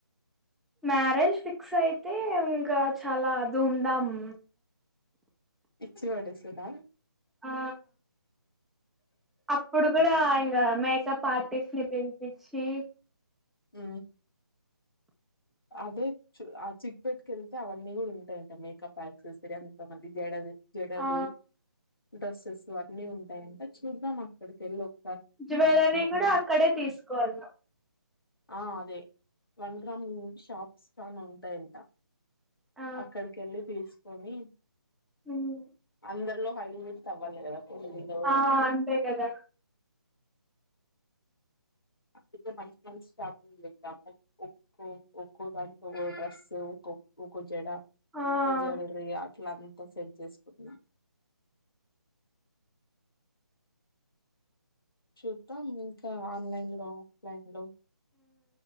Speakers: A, in the centre; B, on the left (about 80°).
A: మ్యారేజ్ ఫిక్స్ అయితే ఇంకా చాలా ధూమ్ ధామ్
B: ఇచ్చి పడేసేనా
A: ఆ అప్పుడు కూడా ఇన్ క మేక్ సో పార్టీకి పిలిపించి ఇచ్చి కీ
B: హు అదే చ ఆ చిట్ పెట్టుకు వెళ్తే అవన్నీ కూడా ఉంటాయంట మేకప్ యాక్సెసరీ అంత మంది జడది జడాలు
A: ఆ
B: డ్రెస్సెస్ అన్నీ ఉంటాయి అంటా చూద్దాం అక్కడికెళ్ళ ఒక
A: జువెలరీ కూడా అక్కడే తీసుకువేలిన్నాం
B: ఆ అదే వన్ గ్రామ్ షాప్స్ గాని ఉంటాయంట
A: ఆ
B: అక్కడికి వెళ్ళి తీసుకొని
A: ఉమ్
B: అందరిలో హైలెట్ అవ్వాలి కదా పెళ్ళిలో
A: ఆ అంతే కదా
B: అందుకే మంచి మంచి షాపింగ్ లు తిరిగాము ఒక్కో ఒక్కో దానికో ఒ డ్రెస్సు ఒ ఒక్కో జడ
A: ఆ
B: ఒక జ్యూవెలరీ అట్లాంత ఒక్కొ సేట్ చేసుకున్నాం చూద్దాం ఇంకా ఆన్లైన్ లో ఆఫ్లైన్ లో